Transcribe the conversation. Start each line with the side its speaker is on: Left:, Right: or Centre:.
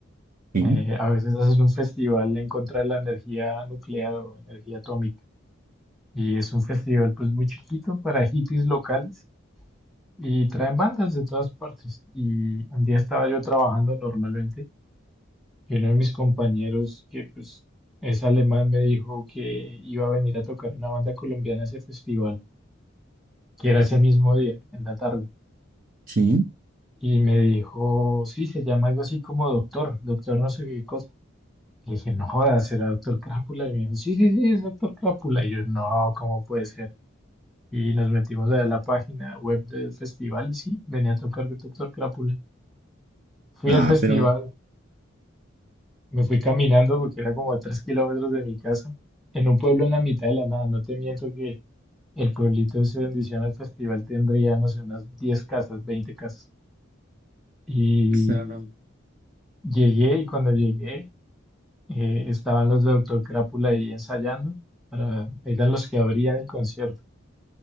Right: Sí,
Centre: eh, a veces hacen un festival en contra de la energía nuclear o energía atómica. Y es un festival pues muy chiquito para hippies locales y traen bandas de todas partes. Y un día estaba yo trabajando normalmente y uno de mis compañeros que pues es alemán me dijo que iba a venir a tocar una banda colombiana a ese festival, que era ese mismo día, en la tarde.
Right: sí.
Centre: Y me dijo, sí, se llama algo así como Doctor, Doctor no sé qué cosa. Le dije, no jodas, será Doctor Crápula. Y me dijo, sí, sí, sí, es Doctor Crápula. Y yo, no, ¿cómo puede ser? Y nos metimos a ver la página web del festival y sí, venía a tocar Doctor Crápula. Fui
Right: Ah,
Centre: al festival,
Right: pero
Centre: me fui caminando porque era como a tres kilómetros de mi casa, en un pueblo en la mitad de la nada. No te miento que el pueblito ese donde hicieron el festival tendría, no sé, unas 10 casas, 20 casas. Y
Right: claro.
Centre: llegué y cuando llegué eh, estaban los de Doctor Crápula ahí ensayando, para, eran los que abrían el concierto.